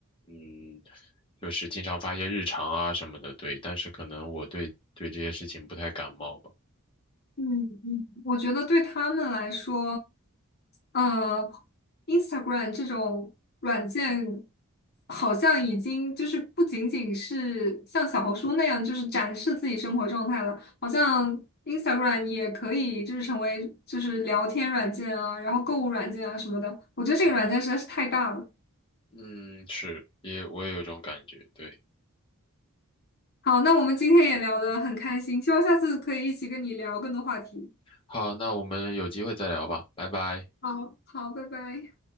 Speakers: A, on the left (about 25°); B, on the left (about 45°).
A: 嗯就是经常发一些日常啊什么的，对，但是可能我对对这些事情不太感冒吧。
B: 嗯嗯我觉得对他们来说，呃，Instagram 这种软件好像已经就是不仅仅是像小红书那样，就是展示自己生活状态了，好像 Instagram 也可以就是成为就是聊天软件啊，然后购物软件啊什么的。我觉得这个软件实在是太大了。
A: 嗯，是，也我也有这种感觉，对。
B: 好，那我们今天也聊得很开心，希望下次可以一起跟你聊更多话题。
A: 好，那我们有机会再聊吧，拜拜。
B: 好，好，拜拜。